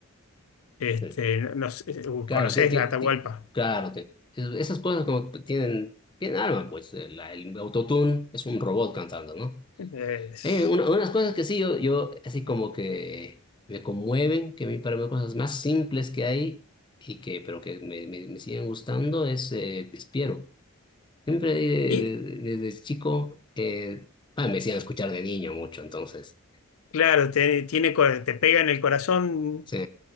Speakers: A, on the left; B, on the left.
A: Este,
B: Sí.
A: no no sé, uh,
B: Claro,
A: ¿conocés
B: tie- tie-
A: a Atahualpa?
B: ti- claro, te- es- esas cosas como que tienen, tienen alma, pues el, la- el autotune es un robot cantando, ¿no?
A: Es-
B: Eh, una- unas cosas que sí, yo, yo así como que me conmueven, que a mí para mí cosas más simples que hay, y que, pero que me, me, me siguen gustando, es eh, Piero. Siempre
A: y
B: eh, de- de- desde chico, eh, ah, me hacían escuchar de niño mucho, entonces,
A: claro, te, tiene, co- te pega en el corazón.
B: sí,